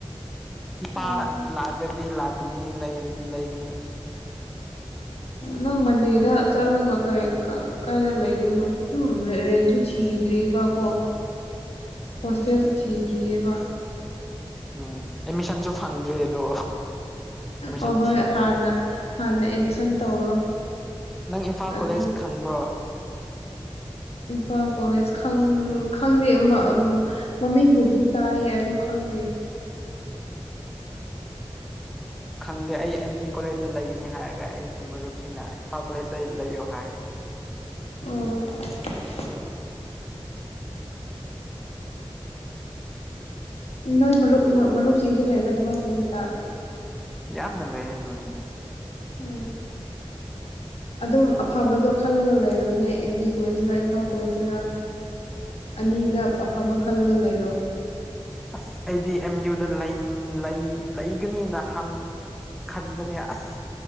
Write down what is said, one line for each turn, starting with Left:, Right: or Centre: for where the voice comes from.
Centre: ꯏꯄꯥ
Left: ꯑꯣ
Centre: ꯂꯥꯛꯂꯗꯤ ꯂꯥꯛꯀꯅꯤ ꯂꯩꯔꯗꯤ ꯂꯩꯒꯅꯤ
Left: ꯅꯪ ꯃꯟꯗ‌ꯦꯗ ꯆꯠꯂꯒ ꯀꯩ ꯀꯥ ꯀꯥꯏꯗ ꯂꯩꯗꯣꯏꯅꯣ ꯁꯨꯝ ꯔꯦꯟꯁꯨ ꯊꯤꯗ꯭ꯔꯤꯕ ꯀꯣ
Centre: <inaudible>
Left: ꯍꯣꯁꯇꯦꯜꯁꯨ ꯊꯤꯗ꯭ꯔꯤꯌ‌ꯦꯕ
Centre: ꯎꯝ ꯑꯦꯗꯃꯤꯁꯟꯁꯨ ꯐꯪꯗ꯭ꯔꯤ ꯑꯗꯣ ꯑꯦꯠꯃꯤꯁꯟ
Left: ꯑꯣ ꯍꯣꯏ
Centre: ꯊꯤꯕꯅꯤ
Left: ꯍꯥꯟꯅ ꯍꯥꯟꯅ ꯑꯦꯠꯃꯤꯁꯟ ꯇꯧꯔꯣ
Centre: ꯅꯪ ꯏꯝꯐꯥꯜ
Left: ꯑꯗꯨꯒ
Centre: ꯀꯣꯂꯦꯖ ꯈꯪꯕ꯭ꯔꯣ
Left: ꯏꯝꯐꯥꯜ ꯀꯣꯂꯦꯖ ꯈꯪ ꯈꯪꯗꯦ ꯑꯃ ꯎꯝ ꯃꯃꯤꯡꯕꯨꯗꯤ ꯇꯥꯏꯌꯦ ꯑꯗꯨ ꯈꯪꯗꯦ
Centre: ꯈꯪꯗꯦ ꯑꯩ ꯑꯦꯝ ꯕꯤ ꯀꯣꯂꯦꯖꯇ ꯂꯩꯒꯅꯤ ꯍꯥꯏꯔꯒ ꯑꯩꯒꯤ ꯃꯔꯨꯞꯁꯤꯡꯅ ꯏꯝꯐꯥꯜ ꯀꯣꯂꯦꯖꯇ ꯂꯩꯌꯣ ꯍꯥꯏ
Left: ꯑꯣ ꯅꯣꯏ ꯃꯔꯨꯞ ꯃꯔꯨꯞꯁꯤꯡꯁꯨ ꯂꯩꯕ꯭ꯔꯥ ꯏꯝꯐꯥꯜ ꯀ‌ꯣꯂ‌ꯦꯖꯇ
Centre: ꯌꯥꯝꯅ ꯂꯩꯌ‌ꯦ ꯎꯝ <inaudible>
Left: ꯎꯝ ꯑꯗꯨꯝ ꯑꯐꯕꯗꯣ ꯈꯜꯂꯒ ꯂꯩꯔꯣꯅꯦ ꯑꯦꯝ ꯕꯤ ꯀꯣꯂꯦꯖꯁꯤꯔ ꯏꯝꯐꯥꯜ ꯀꯣꯂꯦꯖꯁꯤꯔ ꯑꯅꯤꯗ ꯑꯐꯕ ꯈꯜꯂꯒ ꯂꯩꯔꯣ
Centre: ꯑꯁ ꯑꯩꯗꯤ ꯑꯦꯝ ꯌꯨꯗ ꯂꯩꯅꯤꯡ ꯂꯩꯒꯅꯤꯅ ꯍꯪ ꯈꯟꯕꯅꯦ ꯑꯁ